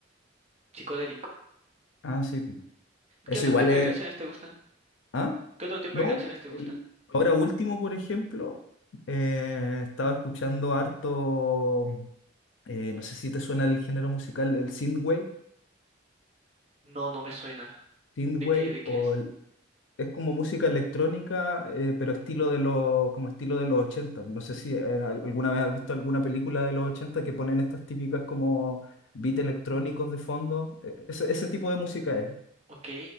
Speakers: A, on the right; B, on the left.
A: psicodélico.
B: Ah, sí. Eso
A: ¿Qué otro
B: igual
A: tipo
B: es...
A: de canciones te gustan?
B: ¿Ah?
A: ¿Qué otro tipo
B: No,
A: de canciones te gustan?
B: el- ahora último, por ejemplo, eh, estaba escuchando harto, eh, no sé si te suena el género musical, el synthwave,
A: No, no me suena.
B: synthwave
A: ¿De qué, de qué
B: o
A: es?
B: es como música electrónica, eh, pero estilo de los, como estilo de los ochenta No sé si eh, al- alguna vez has visto alguna película de los 80 que ponen estas típicas como beats electrónicos de fondo. Eh, Ese, ese tipo de música es.
A: Ok,